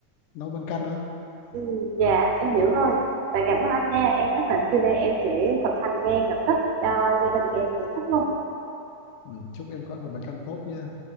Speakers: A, on the left (about 80°); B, on the right (about 80°).
A: nấu bánh canh đó
B: Ừ, dạ em hiểu rồi. Vậy cảm ơn anh nha. Em nhất định chiều nay em sẽ thực hành ngay lập tức cho gia đình em thưởng thức luôn.
A: ừ. Chúc em có nồi bánh canh tốt nha